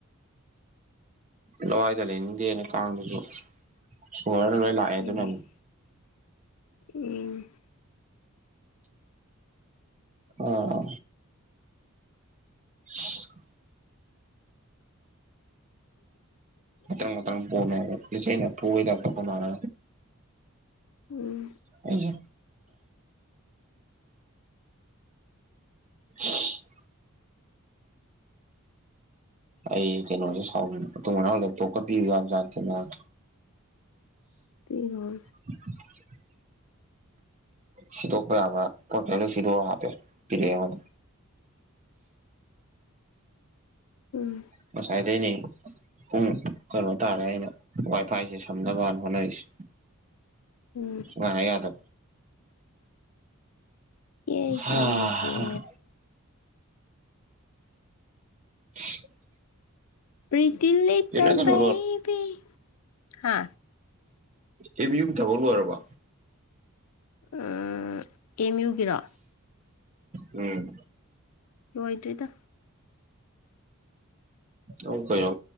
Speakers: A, on the right; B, on the left.
A: ꯂꯋꯥꯏꯗ ꯂꯩꯅꯤꯡꯗꯦꯅꯦ ꯀꯥꯡꯗꯨꯁꯨ ꯁꯣꯍꯣꯔꯗ‌ ꯂꯣꯏ ꯂꯥꯛꯑꯦ ꯑꯗꯨꯅꯅꯤ
B: ꯎꯝ ꯎꯝ
A: ꯑꯥ <unintelligible>
B: <inaudible>
A: ꯃꯇꯪ ꯃꯇꯔꯪ ꯄꯣꯝꯃꯦ ꯂꯤꯆꯩꯅ ꯐꯨꯕꯩ ꯇꯥꯏꯇ ꯑꯣꯅꯔꯒ
B: ꯎꯝ
A: ꯑꯩꯖꯦ <unintelligible> ꯑꯩ ꯀꯩꯅꯣꯅꯦ ꯁꯥꯎꯅꯤꯡ ꯃꯇꯨꯡ ꯃꯅꯥꯎ ꯂꯦꯞꯇꯣꯞ ꯀ ꯄꯤꯌꯨ ꯌꯥꯕ ꯖꯥꯠ ꯅꯠꯇꯦ ꯅꯪꯉꯣꯟ‌
B: ꯄꯤꯔꯣꯔꯅꯨ
A: <unintelligible> ꯁꯤꯗꯣꯛꯄ ꯌꯥꯕ ꯄꯣꯠꯀꯩ ꯁꯤꯗꯣꯛꯑ ꯍꯥꯞꯄꯛꯑꯑꯦ ꯄꯤꯔꯛꯑꯦ ꯑꯩꯉꯦꯟꯗ
B: ꯎꯝ
A: ꯉꯁꯥꯏꯗꯩꯅꯦ ꯄꯨꯡ ꯀꯩꯅꯣ ꯇꯥꯔꯦ ꯑꯩꯅ ꯋꯥꯏ ꯐꯥꯏꯖꯦ ꯁꯝꯅꯕꯅ ꯍꯣꯠꯅꯔꯤꯁꯦ
B: ꯎꯝ
A: ꯅꯪ ꯍꯥꯏ ꯌꯥꯗ
B: ꯌꯦ
A: ꯍꯥ
B: ꯌꯦ ꯌꯦ
A: <unintelligible>
B: ꯄꯔꯤꯇ ꯂꯤꯇꯜ
A: ꯆꯦ ꯅꯣꯏ ꯀꯩꯅꯣ
B: ꯕꯦꯕꯤ ꯍꯥ
A: ꯑꯦꯝꯌꯨ ꯒꯤ ꯊꯕꯛ ꯂꯣꯏꯔꯕ
B: ꯎꯝ ꯑꯦꯝꯌꯨꯒꯤꯔꯣ
A: ꯎꯝ
B: ꯑꯣꯏꯗ꯭ꯔꯤꯗ
A: ꯇꯧ ꯀꯩꯅꯣ